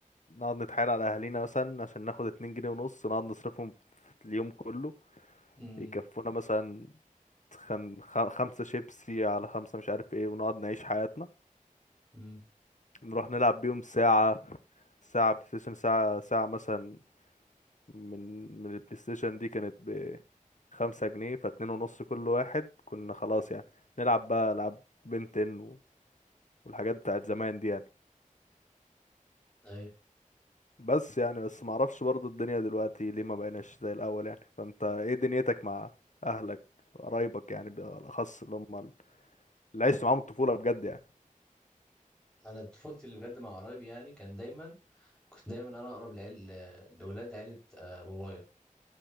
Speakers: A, on the left; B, in the centre.
A: نقعد نتحايل على أهالينا مثلا عشان ناخد اتنين جنيه ونص نقعد نصرفهم في اليوم كله
B: امم
A: يكفونا مثلا خم... خ- خمسة شيبسي على خمسة مش عارف ايه ونقعد نعيش حياتنا
B: امم
A: نروح نلعب بيهم ساعة ساعة بلاي ستيشن ساعة ساعة مثلا من من البلاي ستيشن دي كانت بخمسة جنيه فاتنين ونص كل واحد كنا خلاص يعني نلعب بقى ألعاب بنتن والحاجات بتاعت زمان دي يعني
B: ايوه
A: بس يعني بس معرفش برضو الدنيا دلوقتي ليه ما بقيناش زي الأول يعني فانت ايه دنيتك مع أهلك قرايبك يعني بالأخص اللي هم اللي عشت معاهم الطفولة بجد يعني
B: انا طفولتي اللي بجد مع قرايبي يعني كان دايما كنت دايما انا اقرب لعيل لاولاد عيلة آه، بابايا